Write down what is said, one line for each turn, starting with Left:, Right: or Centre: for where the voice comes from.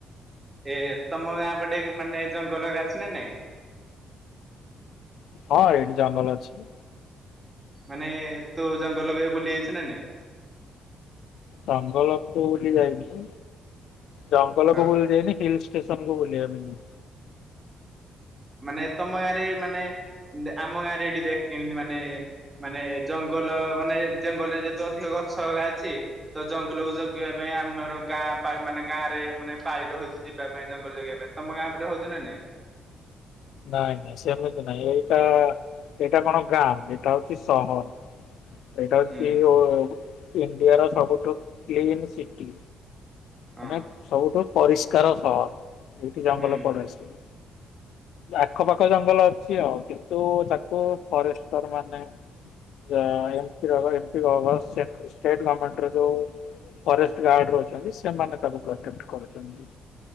Right: ଏ ତମ ଗାଁ ପଟେ ମାନେ ଜଙ୍ଗଲ ହାରିକା ଅଛି ନା ନାଇଁ।
Left: ହଁ ଏଇଠି ଜଙ୍ଗଲ ଅଛି।
Right: ମାନେ ତୁ ଜଙ୍ଗଲକୁ ବୁଲି ଯାଇଛୁ ନାଇଁ?
Left: ଜଙ୍ଗଲ କ ବୁଲି ଯାଇନି। ଜଙ୍ଗଲକୁ
Right: ଆଉ?
Left: ବୁଲି ଯାଇନି ହିଲ୍ <unintelligible> ବୁଲିବା ପାଇଁ ଯାଇଚି।
Right: ମାନେ ତମ ଗାଁ ରେ ମାନେ ଆମ ଗାଁରେ ଏଠି ଦେଖ କେମିତି ମାନେ ମାନେ ଜଙ୍ଗଲ ଜଙ୍ଗଲ ମାନେ ଜଙ୍ଗଲରେ ଯେତେ ଅଧିକ ଗଛ ହାରିକା ଅଛି ତ ଜଙ୍ଗଲକୁ ଜଗିବା ପାଇଁ ଆମର ଗାଁ ପାଳି ଗାଁରେ ମାନେ ପାଳି ରହୁଛି ଯିବା ପାଇଁ ଜଙ୍ଗଲ ଜଗିବା ପାଇଁ ତମ ଗାଁ ପଟେ ହଉଛି ନା ନାଇଁ?
Left: ନାଇଁ ନାଇଁ ସେମିତି ନାଇଁ ଏଇଟା ଏଇଟା କଣ ଗାଁ ଏଇଟା ହଉଛି ସହ ଏଇଟା ହଉଛି
Right: ହୁଁ
Left: ଏ ଓ ଇଣ୍ଡିଆର ସବୁଠୁ କ୍ଲିନ ସିଟି।
Right: ହଁ
Left: ମାନେ ସବୁଠୁ ପରିଷ୍କାର ସହର ଏଇଠି ଜଙ୍ଗଲ
Right: ହୁଁ
Left: କୁଆଡୁ ଆସିବ। ଆଖପାଖ ଜଙ୍ଗଲ ଅଛି ଆଉ କିନ୍ତୁ ତାକୁ ଫରେଷ୍ଟର ମାନେ ଏଇଟା ଏମ୍ପି ର ଏମ୍ପି ଗଭର୍ମେଣ୍ଟ ଷ୍ଟେଟ୍ ଗମେଣ୍ଟ ର ଯୋଉ ଫରେଷ୍ଟ ଗାର୍ଡ ଅଛନ୍ତି ସେମାନେ ତାକୁ ପ୍ରଟେକ୍ଟ କରୁଛନ୍ତି।